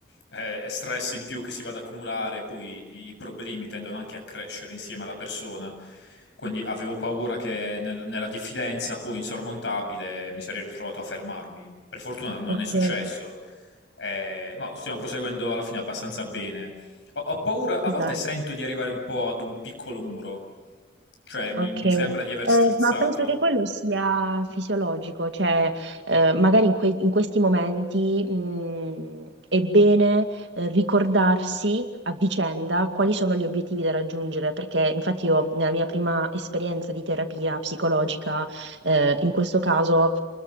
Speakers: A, on the left; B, on the right.
A: eh, è stress in più che si va ad accumulare, poi i i problemi tendono anche a crescere insieme alla persona. Quindi avevo paura che nel- nella diffidenza poi insormontabile mi sarei ritrovato a fermarmi. Per fortuna non
B: ok,
A: è successo, eh, ma stiamo proseguendo alla fine abbastanza bene. Ho, ho paura, a
B: bene,
A: volte sento di arrivare un po' ad un piccolo muro, cioè mi,
B: ok.
A: mi sembra di aver
B: Eh,
A: strizzato.
B: ma penso che quello sia fisiologico, cioè eh, magari in, que- in questi momenti mh, è bene eh, ricordarsi a vicenda quali sono gli obiettivi da raggiungere, perché infatti io nella mia prima esperienza di terapia psicologica, eh, in questo caso